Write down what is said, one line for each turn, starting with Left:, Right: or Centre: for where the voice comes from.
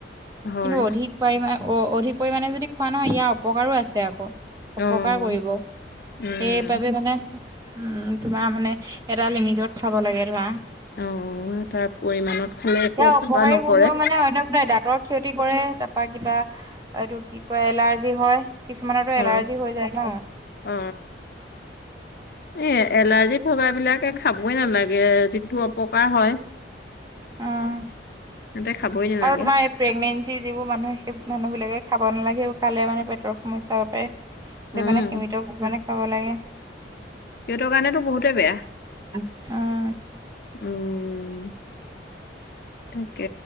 Left: হয়।
Right: কিন্তু অধিক পৰিামানে অ, অধিক পৰিমাণে যদি খোৱা নহয়, ইয়াৰ অপকাৰো আছে আকৌ।
Left: অ'।
Right: অপকাৰ কৰিব,
Left: উম।
Right: এই পাবে মানে উম, তোমাৰ মানে, এটা লিমিটত খাব লাগে ধৰা।
Left: অ', তাৰ পৰিমাণত খালে একো
Right: এয়া
Left: অপকাৰ
Right: অপকাৰী
Left: নকৰে।
Right: গুণবোৰ মানে, অন্য একো নাই দাঁতৰ ক্ষতি ক্ষতি কৰে, তাৰপা কিবা এইটো কি কয়, এলাৰ্জি হয়। কিছুমানৰতো
Left: হয়,
Right: এলাৰ্জি হৈ যায়, ন।
Left: অ, ইয়ে এলাৰ্জি থকা বিলাকে খাবই নালাগে, যিটো অপকাৰ হয়।
Right: উম,
Left: সিহঁতে খাবই নালাগে।
Right: আৰু তোমাৰ এই প্ৰেগনেঞ্চি যিবোৰ মানুহে, সেই মানুহ বিলাকে খাব নালাগে এইবোৰ খালে মানে, পেটৰ সমস্যা হ'ব পাৰে, সেইটো
Left: উম,
Right: কাৰণে সীমিত পৰিমাণে খাব লাগে।
Left: সিহঁতৰ কাৰণেতো বহুতে বেয়া।
Right: উম,
Left: উম, তাকে।